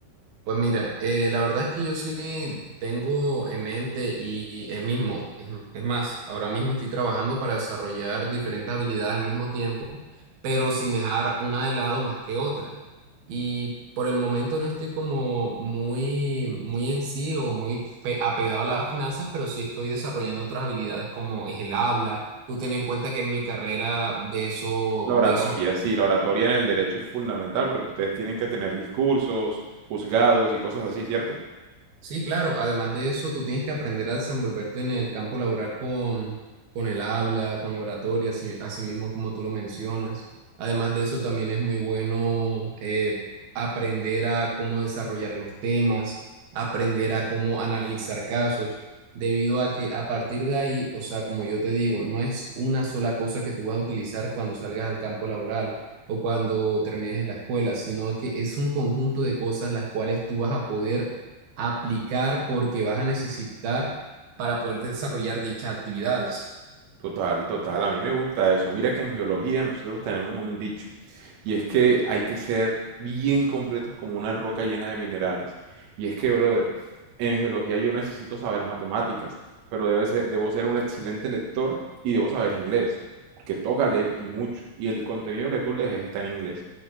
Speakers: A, on the right; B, on the right.
A: Pues mira, eh, la verdad es que yo sí tengo en mente y es mismo, es, es más, ahora mismo estoy trabajando para desarrollar diferentes habilidades al mismo tiempo, pero sin dejar una de lado más que otra. Y por el momento no estoy como muy, muy en sí o muy pe- apegado a las finanzas, pero sí estoy desarrollando otras habilidades como es el habla. Tú ten en cuenta que en mi carrera de eso,
B: La oratoria,
A: de eso es
B: sí, la oratoria en el derecho es fundamental porque ustedes tienen que tener discursos, juzgados y cosas así, ¿cierto?
A: Sí, claro. Además de eso, tú tienes que aprender a desenvolverte en el campo laboral con, con el habla, con la oratoria, así, así mismo como tú lo mencionas. Además de eso, también es muy bueno eh, aprender a cómo desarrollar los temas, aprender a cómo analizar casos, debido a que a partir de ahí, o sea, como yo te digo, no es una sola cosa que tú vas a utilizar cuando salgas al campo laboral o cuando termines en la escuela, sino que es un conjunto de cosas las cuales tú vas a poder aplicar porque vas a necesitar para poder desarrollar dichas actividades.
B: Total, total, a mí me gusta eso. Mira que en geología nosotros tenemos un dicho, y es que hay que ser bien completos como una roca llena de minerales. Y es que, brother, en geología yo necesito saber matemáticas, pero debe ser- debo ser un excelente lector y debo saber inglés, porque toca leer y mucho, y el contenido que tú lees está en inglés.